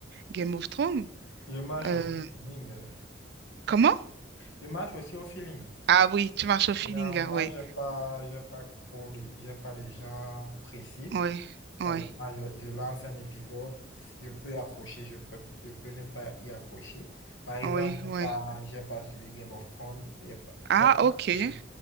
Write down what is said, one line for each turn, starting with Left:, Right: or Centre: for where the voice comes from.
Right: Game of Thrones.
Left: Je marche
Right: Euh,
Left: aussi au feeling. euh.
Right: comment?
Left: Je marche aussi au feeling.
Right: Ah oui, tu marches au feeling,
Left: Généralement,
Right: ah, oui.
Left: j'ai pas, j'ai pas trop de, j'ai pas de genre précis.
Right: Oui,
Left: Ça
Right: oui,
Left: dépend, je, je lance un épisode, je peux accrocher, je peux, je peux ne pas y accrocher. Par exemple,
Right: oui,
Left: j'ai
Right: oui.
Left: pas, j'ai pas suivi Game of Thrones, j'ai pas,
Right: Ah,
Left: j'ai pas
Right: ok.
Left: accroché.